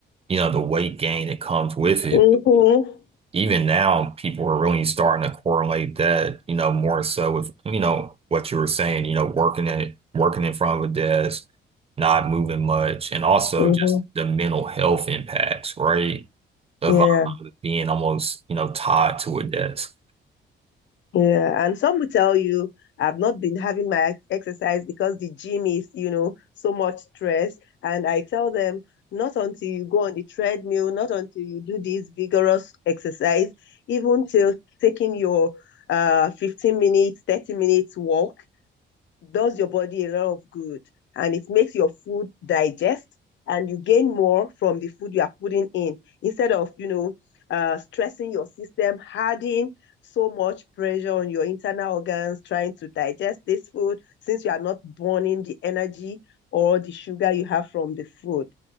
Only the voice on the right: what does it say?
you know, the weight gain that comes with it.
Even now, people are really starting to correlate that, you know, more so with, you know, what you were saying, you know, working it, working in front of a desk, not moving much, and also
just the mental health impacts, right? Of
um, being almost, you know, tied to a desk.